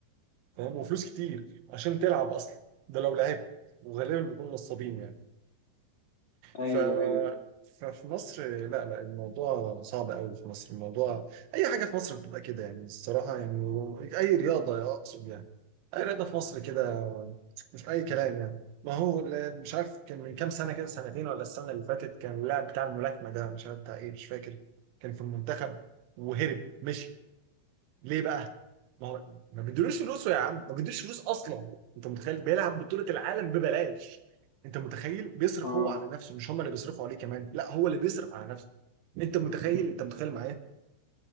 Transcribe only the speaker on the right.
فاهم وفلوس كتير عشان تلعب اصلا ده لو لعبت وغالبا بيكونوا نصابين يعني
ف
ففي مصر لا لا الموضوع صعب قوي في مصر الموضوع اي حاجه في مصر بتبقى كده يعني الصراحه يعني اي رياضه اقصد يعني اي رياضه في مصر كده مش اي كلام يعني ما هو ال- مش عارف كان من كام سنه كده سنتين ولا السنه اللي فاتت كان اللاعب بتاع الملاكمه ده مش عارف بتاع ايه مش فاكر كان في المنتخب وهرب مشي ليه بقى؟ ما هو ما بيدولوش فلوسه يا عم ما بيدولوش فلوس اصلا انت متخيل بيلعب بطولة العالم ببلاش انت متخيل بيصرف
هو على نفسه مش هم اللي بيصرفوا عليه كمان لا هو اللي بيصرف على نفسه انت متخيل انت متخيل معايا